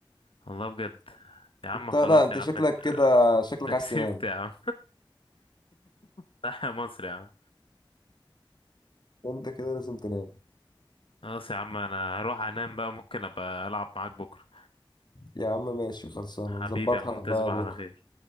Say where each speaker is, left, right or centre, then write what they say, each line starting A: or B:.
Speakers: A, on the left; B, on the left.
A: والله بجد يا عم
B: انت
A: خلاص
B: لا انت
A: يا عم
B: شكلك
A: انت
B: كده شكلك
A: انت
B: عايز
A: كسبت
B: تنام
A: يا عم <laughs> صح يا مصر يا عم
B: انت كده لازم تنام
A: خلاص يا عم انا هروح انام بقى ممكن ابقى العب معاك بكره
B: يا عم ماشي خلصانه
A: حبيبي
B: نظبطها
A: يا عم تصبح
B: بقى بكره
A: على خير